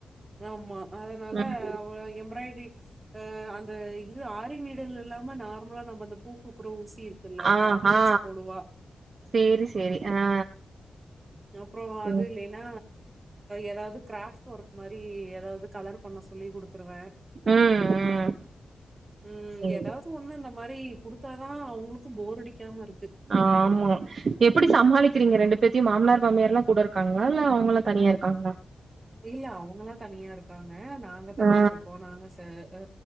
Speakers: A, on the right; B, on the right.
A: ஆமா அதனால
B: ம்
A: அவ எம்ப்ராய்ட்ரி அ அந்த இது ஆரி நீடில் இல்லாம நார்மலா நம்ம அந்த பூக்கூக்கர ஊசி இருக் ருக்குல்ல
B: ஆ
A: அத
B: ஆ
A: வச்சு போடுவா
B: சேரி செரி ஆ
A: அப்பறோ
B: சேரி
A: அதுலே நா எதாவது கிராஃப்ட் ஒர்க் மாரி எதாவது கலர் பண்ண சொல்லி குடுத்துருவ
B: ம் ம்
A: ம்
B: சேரி
A: ஏதா க்கு ஒன்னு இந்த மாரி குடுத்தாதா அவங்களுக்கு போர் அடிக்காம இருக்கு
B: ஆமா எப்படி சமாளிக்கிறீங்க ரெண்டு பேத்தையு மாமனார் மாமியார்ல்லா கூட இருக்காங்ளா இல்ல அவங்கெல்லா தனியா இருக்காங்ளா
A: இல்ல அவங்கல்லா தனியா இருக்காங்க நாங்க தனியா
B: ஆ
A: இருக்கோ நாங்க செ அ